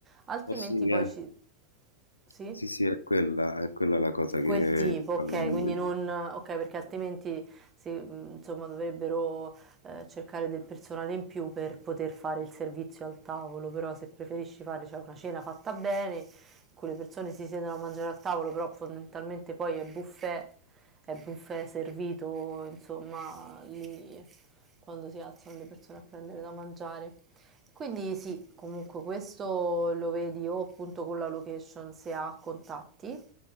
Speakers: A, on the right; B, on the left.
A: altrimenti
B: Eh sì,
A: poi
B: eh,
A: ci... Sì?
B: Sì, sì, è quella, è quella la cosa che...
A: Quel tipo,
B: probabilmente-
A: ok, quindi non, ok, perché altrimenti si- mh, insomma, dovrebbero eh, cercare del personale in più per poter fare il servizio al tavolo, però se preferisci fare cioè, una cena fatta bene, in cui le persone si siedono a mangiare al tavolo, però fondamentalmente poi è buffet, è buffet servito, insomma, lì quando si alzano le persone a prendere da mangiare. Quindi sì, comunque questo lo vedi o appunto con la location se ha contatti